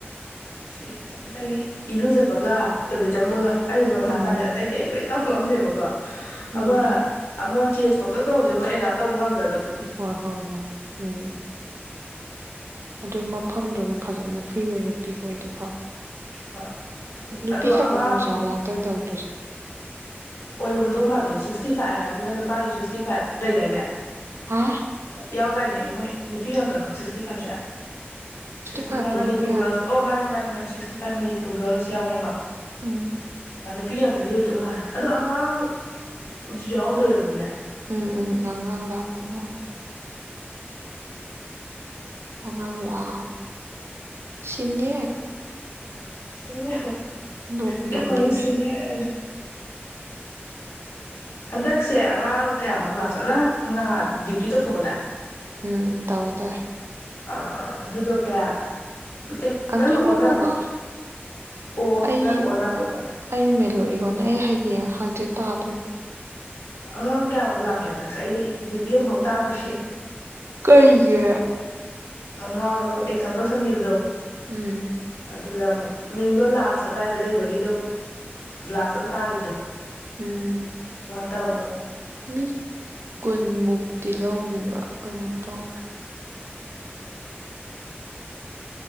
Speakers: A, on the left; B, on the right.
A: ꯁꯤꯗꯤ ꯑꯗꯒꯤ ꯏꯔꯨꯖꯕꯒ ꯇꯣꯂꯦꯠ ꯆꯪꯕꯒ ꯑꯩꯁ ꯃꯊꯥ
B: ꯎꯝ
A: ꯁꯥꯏꯁꯦ ꯑꯇꯩꯗꯤ ꯑꯩꯣꯏ ꯇꯧ ꯑꯃꯅꯦꯕꯀꯣ ꯑꯃꯃ
B: ꯎꯝ
A: ꯑꯃ ꯆꯦꯟꯖ ꯐꯧꯇ ꯇꯧꯖꯃ ꯑꯦꯞ ꯇꯧꯉꯦ
B: ꯍꯣꯏ ꯍꯣꯏ ꯍꯣꯏ ꯎꯝ ꯑꯗꯨꯏ ꯃꯐꯝꯗꯨꯅ ꯐꯖꯅ ꯐ꯭ꯔꯤ ꯑꯣꯏꯅ ꯄꯤꯕ ꯑꯣꯏꯗꯦ ꯐꯥꯎ
A: ꯍꯣꯏ
B: ꯅꯨꯄꯤ
A: ꯑꯗꯣ
B: ꯈꯠꯃ
A: ꯑꯉꯥꯡ
B: ꯍꯧꯖ ꯋꯥ ꯇꯗꯥ ꯎꯖ
A: ꯑꯣꯏꯔꯣꯝꯗꯧ ꯃꯥꯜꯜꯂꯤꯦ ꯁꯤꯛꯁꯇꯤ ꯐꯥꯏꯚ ꯍꯥꯏꯕꯅꯤꯅ ꯅꯨꯄꯥꯒꯤ ꯁꯤꯛꯁꯇꯤ ꯐꯥꯏꯚ ꯂꯩꯗꯥꯣꯏꯅꯦ
B: ꯍꯥ
A: ꯌꯥꯎ ꯑꯗꯨꯗꯥꯏꯅꯦ ꯃꯣꯏ ꯅꯨꯄꯤ ꯉꯥꯛꯇꯔꯣ ꯁꯤꯛꯁꯇꯤ ꯐꯥꯏꯚꯁꯦ ꯁꯤꯛꯁꯇꯤ
B: ꯐꯥꯏꯚꯇ
A: ꯐꯥꯏꯚ ꯃꯅꯤꯄꯨꯔ
B: ꯅꯨꯄꯤ ꯉꯥꯛꯇ
A: ꯔꯁ ꯑꯣ ꯃꯥꯅꯦ ꯃꯥꯅꯦ ꯃꯥꯅꯦ ꯁꯤꯛꯁꯇꯤ ꯐꯥꯏꯚ ꯃꯅꯤꯨꯔ ꯒꯔꯜꯁ ꯌꯥꯎꯅꯤꯀꯣ
B: ꯎꯝ
A: ꯄꯄꯤ ꯉꯥꯛꯇꯗꯤ ꯑꯣꯏꯗꯧ ꯃꯥꯜꯂꯦ ꯑꯗꯣ ꯑꯉꯥꯡꯁꯨ ꯌꯥꯎꯗꯣꯅꯤꯅꯦ
B: ꯎꯝ ꯎꯝ ꯑꯉꯒ ꯑꯈꯅꯤ ꯑꯃ ꯋꯥ ꯁꯤꯅꯤ
A: ꯁꯤꯔꯤ
B: ꯅꯣꯛꯄꯨ
A: ꯀ
B: ꯅꯣꯛꯅꯤꯡꯉꯦ
A: ꯊ ꯁꯤꯔꯤ ꯍꯥꯏꯅ ꯍꯟꯗꯛꯁꯦ ꯑꯉꯥꯡ ꯀꯌꯥꯃꯨꯛ ꯂꯥꯛꯀꯠꯅ ꯉꯍ ꯗ꯭ꯌꯨꯇꯤ ꯇꯧꯊꯣꯛꯀꯗ
B: ꯎꯝ ꯇꯧꯋꯦ ꯇꯋꯦ
A: ꯑ ꯑꯗꯨꯗ ꯀꯌꯥ ꯅꯠꯇꯦ
B: ꯑꯗꯨ
A: ꯅꯪꯒ
B: ꯅꯣꯏ
A: ꯑꯣꯟꯅꯕ꯭ꯔꯣ
B: ꯃꯃꯥꯡ
A: ꯑꯣ
B: ꯑꯩ
A: ꯅꯪ ꯑꯣꯟꯅꯕ ꯑꯣꯏꯕ
B: ꯑꯩ ꯃꯦꯂꯣꯔꯤꯉꯣꯅ ꯑꯩ ꯍꯌꯦꯡ ꯍꯪꯆꯤꯠ ꯇꯥꯗꯣꯏꯅꯤ
A: ꯑꯉꯥꯡ ꯀꯌꯥꯃꯨꯛ ꯂꯥꯛꯀꯦ ꯍꯟꯗꯛꯁꯦ ꯑꯩꯗꯤ ꯗ꯭ꯌꯨꯇꯤ ꯑꯃꯐꯥꯎ ꯇꯥꯗ꯭ꯔꯤꯌꯦ
B: ꯀꯩꯒꯤ
A: ꯃꯃꯥꯡ ꯑꯦꯛꯖꯥꯝ ꯇꯧꯁꯟꯈꯤꯕꯗꯣ
B: ꯎꯝ
A: ꯑꯗꯨꯗ ꯑꯃꯨꯛ ꯃꯤꯡꯗꯣ ꯂꯥꯁ ꯑꯗꯨꯋꯥꯏꯗ ꯂꯩꯕꯒꯤ ꯑꯗꯨꯝ ꯂꯥꯁ ꯑꯃ ꯇꯥꯈꯤꯕꯗꯣ
B: ꯎꯝ
A: ꯇꯥꯃꯣ
B: ꯃꯤ ꯀꯨꯟꯃꯨꯛꯇꯤ ꯂꯧꯈꯤꯕ ꯀꯩꯅꯣꯝ ꯇꯧꯕꯅꯤ